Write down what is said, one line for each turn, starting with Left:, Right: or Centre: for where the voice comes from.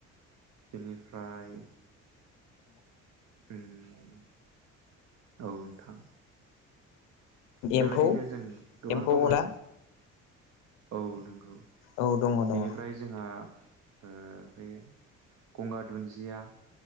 Right: बेनिफ्राय उम औ नोंथां बेबायदिनो
Left: एम्फौ
Right: जों गोबां
Left: एम्फौ
Right: दं
Left: अनला
Right: आरो औ नंगौ
Left: औ दङ दङ
Right: बेनिफ्राय जोंहा ओ बे गंगार दुन्दिया